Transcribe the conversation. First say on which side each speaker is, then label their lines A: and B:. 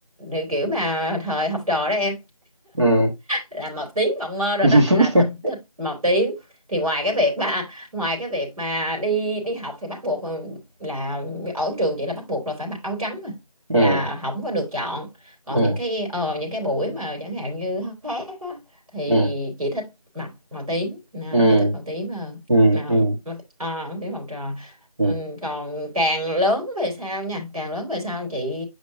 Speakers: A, on the right; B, on the right.
A: thì kiểu mà thời học trò đó em
B: ừ
A: là màu tím mộng mơ rồi
B: <laughs>
A: đó là thích thích màu tím thì ngoài cái việc mà ngoài cái việc mà đi đi học thì bắt buộc là ở trường chỉ là bắt buộc là phải mặc áo trắng mà là
B: ừ
A: không có được chọn còn
B: ừ
A: những cái ờ, những cái buổi mà chẳng hạn như học khác á, thì
B: ừ
A: chị thích mặc màu tím à,
B: ừ
A: chị thích màu tím hơn
B: ừ
A: à,
B: ừ
A: à, tím màu trò
B: ừ
A: ừ, còn càng lớn về sau nha càng lớn về sau chị